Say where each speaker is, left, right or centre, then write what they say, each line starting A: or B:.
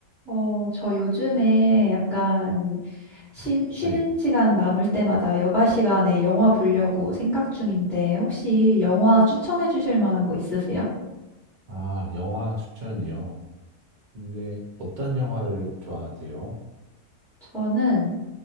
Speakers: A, in the centre; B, on the right.
A: 어, 저 요즘에 약간 쉬, 쉬는
B: 네.
A: 시간 남을 때마다 여가 시간에 영화 보려고 생각 중인데 혹시 영화 추천해 주실 만한 거 있으세요?
B: 아, 영화 추천이요. 근데 어떤 영화를 좋아하세요?
A: 저는